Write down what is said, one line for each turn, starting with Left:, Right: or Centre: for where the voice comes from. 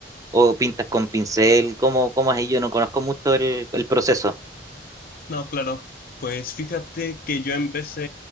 Right: o pintas con pincel? ¿Cómo, cómo es ahí? Yo no conozco mucho el, el proceso.
Left: No, claro. Pues fíjate que yo empecé